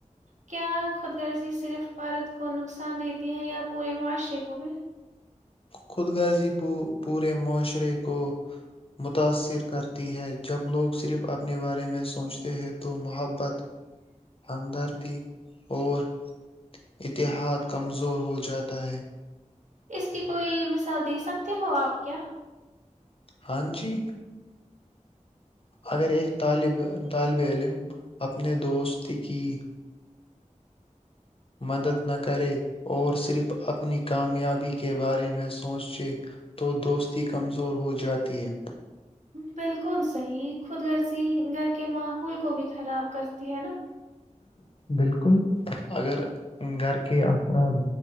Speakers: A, on the right; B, on the left.
A: کیا خود گرضی صرف بارت کو نقصان دیتی ہیں یا پورے معاشرے کب
B: خود غرضی پ پورے معاشرے کو متاثر کرتی ہے جب لوگ صرف اپنے بارے میں سوچتے ہیں تو محبت ہمدردی اور اتحاد کمزور ہو جاتا ہے
A: اس کی کوئی م س دے سکتے ہو آپ کیا
B: ہاں جی اگر ایک طالب علم اپنے دوستی کی مدد نہ کرے اور صرف اپنی کامیابی کے بارے میں سوچے تو دوستی کمزور ہو جاتی ہے
A: بالکل صحی خود رضی گھر کے ماحول کو بھی خراب کرتی ہے نا
B: بالکل اگر گھر کے افراد